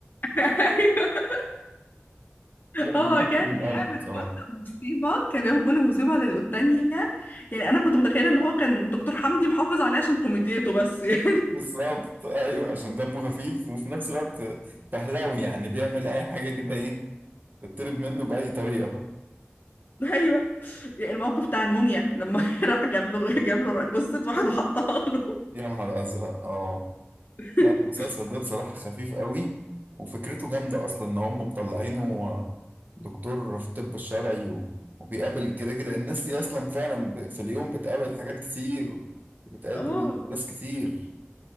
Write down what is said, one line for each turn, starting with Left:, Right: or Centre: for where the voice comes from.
Left: ايوه
Right: لا
Left: هو
Right: بيقفل
Left: كان
Right: من
Left: بيعمل
Right: قلبه بصراحة
Left: كل مصيبه كان بيعمل كل مصيبه لل- والتانيه يعني انا كنت متخيله ان هو كان دكتور حمدي محافظ عليه عشان كوميديته بس يعني
Right: بالظبط ايوه عشان دمه خفيف وفي نفس الوقت فهلاوي يعني بيعمل اي حاجة كده ايه تطلب منه بأي طريقة
Left: <laughs> ايوه يعني الموقف بتاع الموميا لما <laughs> راح جاب له جاب له جثه واحد وحطها له
Right: يا نهار ازرق اه
Left: <laughs>
Right: لا المسلسل ده بصراحة خفيف قوي وفكرته جامدة أصلا إن هم مطلعينه دكتور في الطب الشرعي و- وبيقابل كده كده الناس دي أصلا فعلا ب- في اليوم بتقابل حاجات كتير وبتقابل
Left: اه
Right: أحداث كتير